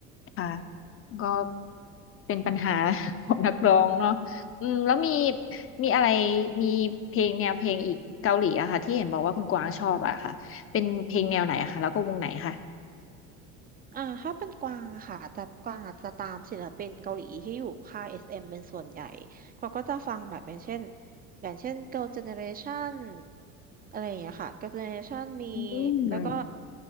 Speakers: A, on the left; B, on the right.
A: ค่ะก็ เป็นปัญหา <laughs> ของนักร้องเนาะอืมแล้วมีมีอะไร มีเพลงแนวเพลงอีกเกาหลีอะค่ะที่เห็นบอกว่าคุณกวางชอบอะค่ะเป็นเพลงแนวไหนอะคะแล้วก็วงไหนคะ
B: อ่าถ้าเป็นกวางอะค่ะแต่กวางอาจจะตามศิลปินเกาหลีที่อยู่ค่าย SM เอ็มเป็นส่วนใหญ่กวางก็จะฟังแบบอย่างเช่นอย่างเช่น Girl Generation อะไรอย่างเงี้ยค่ะ Girl Generation มี
A: อืม
B: แล้วก็